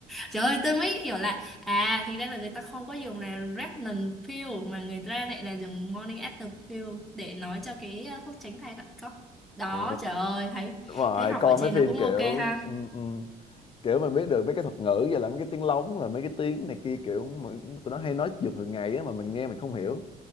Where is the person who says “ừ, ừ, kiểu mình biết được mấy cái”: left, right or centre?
Left